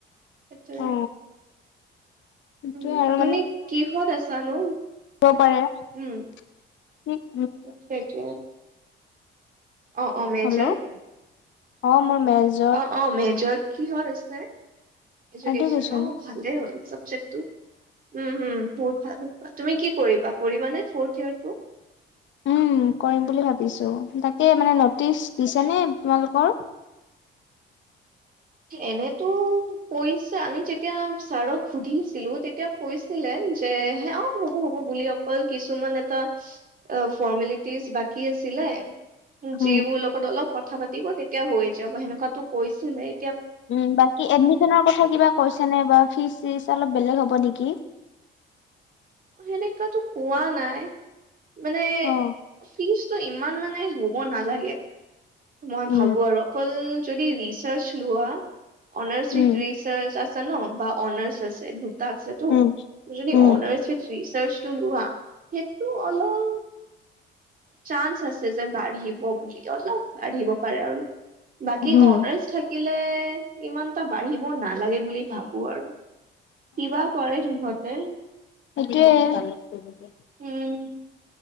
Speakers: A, on the right; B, on the left.
A: সেটোয়ে
B: অ সেইটোয়ে
A: উম,
B: আৰু
A: তুমি কিহত আছানো?
B: ক পাৰে
A: উম।
B: <inaudible>
A: <unintelligible> অ', অ', মেজৰ?
B: হেল্ল' অ', মোৰ মেজ
A: অ', অ', মেজৰ কিহত আছে? ইজুকেচন
B: এডুকেশ্যন
A: ন ভালে হ'ল চাবজেক্টো। উম উম, বহুত ভাল হ'ল। অ', তুমি কি কৰিবা, কৰিবা নে ফৰ্ড ইয়েৰ্তটো?
B: উম, কৰিম বুলি ভাবিছোঁ তাকে মানে নটিচ দিছে নে তোমালোকৰ?
A: এনেতো কৈছে আমি যেতিয়া ছাৰক সুধিছিলোঁ তেতিয়া কৈছিলে যে হে অ', হ'ব হ'ব বুলি অকল কিছুমান এটা এ, ফৰ্মেলিতি <unintelligible> বাকী আছিলে
B: উম।
A: যিবো লগত অলপ কথা পাতিব তেতিয়া হৈ যাব সেনেকুৱাতো কৈছিলেই
B: উম, বাকী এডমিচনৰ কথা কিবা কৈছে নে বা ফিজ চিজ অলপ বেলেগ হ'ব নিকি?
A: অ', সেনেকাতো কোৱা নাই মানে
B: অ
A: ফিজটো ইম মান মানে হ'ব নালাগে। মই
B: উম
A: ভাবোঁ আৰু অকল যদি ৰিচাৰ্চ লোৱা honours
B: um
A: with research আছে ন বা অনাৰ্ছ আছে দুটা আছেটো ত'
B: উম
A: যদি
B: উম
A: অনাৰ্ছ উইথ ৰিচাৰ্চ <unintelligible> লোৱা সেটো অলপ চান্স আছে যে বাঢ়িব বুলি অলপ বাঢ়িব পাৰে আৰু বাকী
B: উম উম
A: অনাৰ্ছ থাক কিলে ইমানটা বাঢ়িব নাগ লাগে বুলি ভাবোঁ আৰু কিবা কৰে সিহঁতে
B: সেটোৱে <unintelligible>
A: উম।